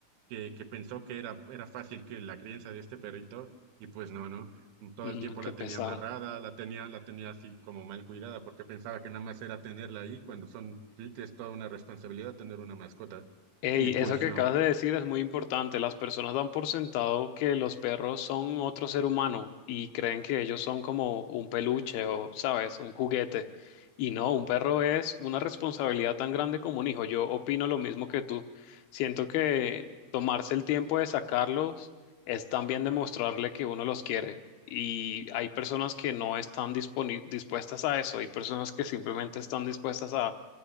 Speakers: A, on the right; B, on the left.
A: que, que pensó que era, era fácil que la crianza de este perrito y pues no, no, todo
B: Mm,
A: el tiempo
B: qué
A: la
B: pesar.
A: tenía amarrada, la tenía, la tenía así como mal cuidada, porque pensaba que nada más era tenerla ahí cuando son, sí, que es toda una responsabilidad tener una mascota
B: Ey,
A: y pues
B: eso que acabas
A: no.
B: de decir es muy importante. Las personas dan por sentado que los perros son otro ser humano y creen que ellos son como un peluche o, sabes, un juguete. Y no, un perro es una responsabilidad tan grande como un hijo. Yo opino lo mismo que tú. Siento que tomarse el tiempo de sacarlos es también demostrarle que uno los quiere. Y hay personas que no están disponi- dispuestas a eso. Hay personas que simplemente están dispuestas a